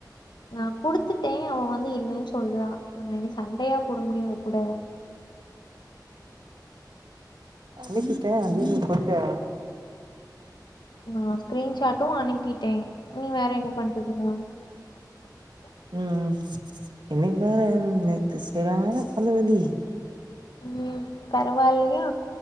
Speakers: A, on the left; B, on the right.
A: நா குடுத்துட் டே அவ வந்து இல்லேன் சொல்றா நா இனி சண்டையா போட முடியு அவ் கூட
B: அனுப்பிட்ட அதே நீ சொல்லு
A: நா ஸ்க்ரீன்ஷாட்டு அனுப்பிட்டே இனி வேற என்ன பண்றது நா <inaudible>
B: ம் எனுக் வேற நேத்து செர்யான தலவலி
A: ம் பரவால்லியா